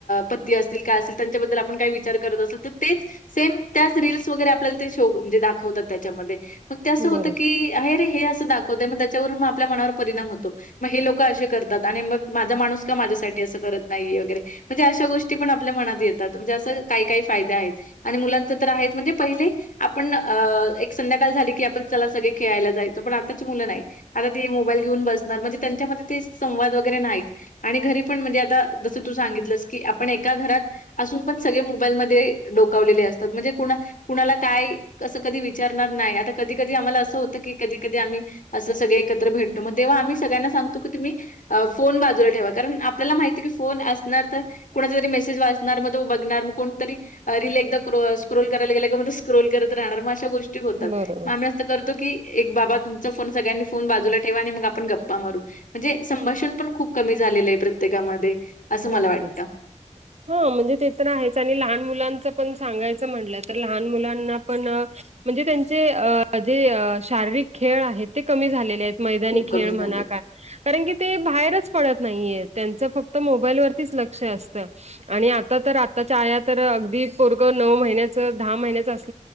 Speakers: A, on the left; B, on the right.
A: पती असतील काय असतील त्यांच्याबद्दल आपण काही विचार करत असेल तर तेच सेम त्याच रीलस वगैरे आपल्याला ते शो म्हणजे दाखवतात त्याच्यामध्ये मग ते असं होतं
B: बरो
A: की आहे रे हे असं दाखवते मग त्याच्यावरून मग आपल्या मनावर परिणाम होतो मग हे लोक असे करतात आणि मग माझा माणूस का माझ्यासाठी असं करत नाहीे वगैरे म्हणजे अशा गोष्टी पण आपल्या मनात येतात म्हणजे असं काही काही फायदे आहेत. आणि मुलांचं तर आहेच म्हणजे पहिले आपण अ एक संध्याकाळ झाली की आपण चला सगळे खेळायला जायचो पण आताची मुलं नाही आता ते मोबाईल घेऊन बसणार म्हणजे त्यांच्यामध्ये ते संवाद वगैरे नाहीत. आणि घरी पण म्हणजे आता जस तू सांगितलंस की आपण एका घरात असून पण सगळे मोबाईलमध्ये डोकावलेले असतात म्हणजे कोणा कुणाला काय कसं कधी विचारणार नाही आता कधी कधी आम्हाला असं होत की कधी कधी आम्ही असं सगळे एकत्र भेटतो मग तेव्हा आम्ही सगळ्यांना सांगतो की तुम्ही अ फोन बा जुल ठेवा कारण आपल्या माहीती की फोन असणार त कोणाचा तरी मेसेज वाचणार मग तो बघणार मग कोणतरी रील एकदा क्रो स्क्रोल करायला गेल काम म ते स्क्रोल करत राहणार मग अशा गोष टी होतात
B: बरोबर
A: म आम्ही असं करतो की एक बाबा तुमचा फोन सगळ्यांनी फोन बाजूला ठेवा आणि मग आपण गप्पा मारू म्हणजे संभाषण पण खूप कमी झालेलं आहे प्रत्येकामध्ये. असं मला
B: आगतेच.
A: वाटतं.
B: हा म्हणजे ते तर आहेच आणि लहान मुलांच पण सांगायचं म्हणलं तर लहान मुलांना पण. म्हणजे त्यांचे जे शारीरिक खेळ आहेत ते कमी झालेले आहेत. मैदानी
A: खूप
B: खेळ
A: कमी
B: म्हणा
A: झाले.
B: का कारण की ते बाहेरच पडत नाहीये त्यांच फक्त. त मोबाईलवररतीच लक्ष असत. आणि आता तर आताच्याया तर अगदी परग नऊ महिन्याच दहा महिन्याच अस